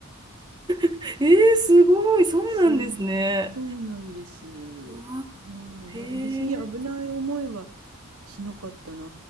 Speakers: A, on the right (about 20°); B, on the right (about 80°).
A: <laughs> えー、すごい、そうなんですね。
B: そう、そうなんです。
A: うわ、
B: うん、
A: へえ。
B: なんか別に危ない思いはしなかったな。